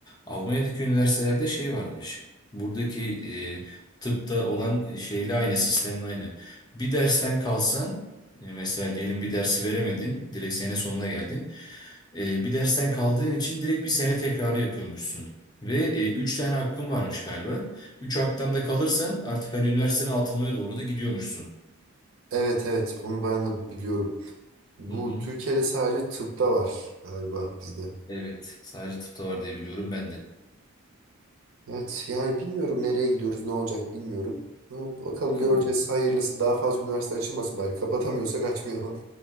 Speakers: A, on the left (about 20°); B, on the right (about 70°).
A: Almanya'daki üniversitelerde şey varmış. Buradaki e, tıpta olan şeyle aynı, sistemle aynı. Bir dersten kalsan, e, mesela diyelim bir dersi veremedin, direkt sene sonuna geldin. E, bir dersten kaldığın için direkt bir sene tekrarı yapıyormuşsun. Ve e, üç tane hakkın varmış galiba. Üç haktan da kalırsan artık hani üniversitene atılmaya doğru da gidiyormuşsun.
B: Evet evet onu ben de biliyorum. Bu
A: Hı hı.
B: Türkiye'de sadece tıpta var galiba bizde.
A: Evet. Sadece tıpta var diye biliyorum ben de.
B: Evet yani bilmiyorum nereye gidiyoruz ne olacak bilmiyorum. Ama bakalım
A: Bakalım.
B: göreceğiz hayırlısı daha fazla üniversite açılmasın bari kapatamıyorsak açmayalım.